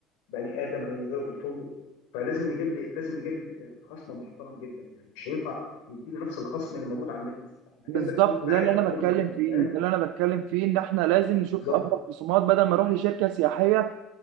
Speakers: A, on the left; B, on the right.
A: بني ادم هينزلوا في الفندق فلازم يجيب لي لازم يجيب لي خصم محترم جدا يعني مش هينفع يديني نفس الخصم اللي موجود على النت انا
B: بالظبط
A: هجيب لك 100 واحد
B: ده اللي
A: ويكونوا
B: انا بتكلم
A: في الفندق
B: فيه
A: فاهم
B: ده اللي انا بتكلم فيه ان احنا لازم نشوف
A: بالظبط
B: افضل خصومات بدل ما اروح لشركه سياحيه